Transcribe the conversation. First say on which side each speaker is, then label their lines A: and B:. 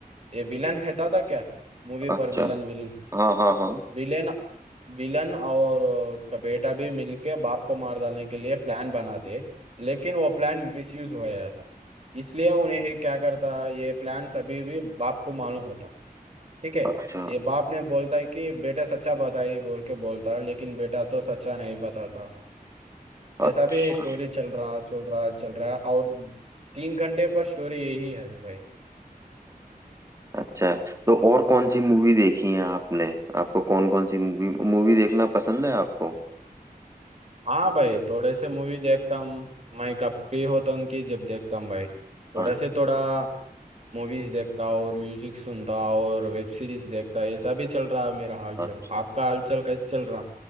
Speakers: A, on the right (about 45°); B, on the right (about 20°).
A: ये विलन है था, था क्या मूवी
B: अच्छा
A: पर विलन विलन
B: हाँ हाँ हाँ
A: विलेन विलन और उसका बेटा भी मिलके बाप को मार डालने के लिए प्लान बनाते लेकिन वो प्लान मिसयूज हो जाता इसलिए उन्हें ही क्या करता ये प्लान सभी भी बाप को मालूम होता ठीक है
B: अच्छा
A: ये बाप ने बोलता है कि बेटा सच्चा बताइए बोल के बोलता है लेकिन बेटा तो सच्चा नहीं बताता
B: अच्छा
A: ऐसा भी स्टोरी चल रहा चल रहा चल रहा और तीन घंटे पर स्टोरी यही है भाई
B: अच्छा तो और कौन सी मूवी देखी है आपने आपको कौन कौन सी मूवी मूवी देखना पसंद है आपको
A: हाँ भाई थोड़े से मूवी देखता हूँ मैं कब फ्री होता हूँ कि जब देखता हूँ भाई थोड़ा
B: अच्छा
A: से थोड़ा मूवीज देखता और म्यूजिक सुनता और वेब सीरीज देखता ऐसा भी चल रहा है मेरा हाल
B: अच्छा।
A: चल आपका हाल चल कैसे चल रहा